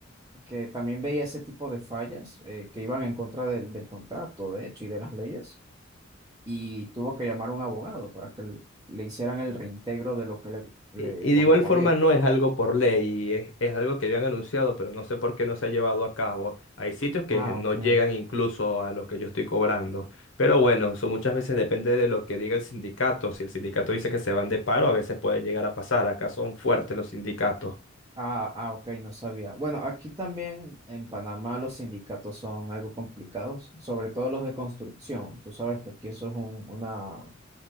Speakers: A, on the right (about 20°); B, on the left (about 70°).
A: que también veía ese tipo de fallas eh, que iban en contra del, del contrato, de hecho, y de las leyes, y tuvo que llamar a un abogado para que le le hicieran el reintegro de lo que le, le
B: Y, y
A: correspondía.
B: de igual forma no es algo por ley, es, es algo que habían anunciado, pero no sé por qué no se ha llevado a cabo. Hay sitios que
A: Ah,
B: no
A: ok.
B: llegan incluso a lo que yo estoy cobrando. Pero bueno, eso muchas veces depende de lo que diga el sindicato. Si el sindicato dice que se van de paro, a veces puede llegar a pasar. Acá son fuertes los sindicatos.
A: Ah, ah, ok, no sabía. Bueno, aquí también en Panamá los sindicatos son algo complicados, sobre todo los de construcción. Tú sabes que aquí eso es un- una,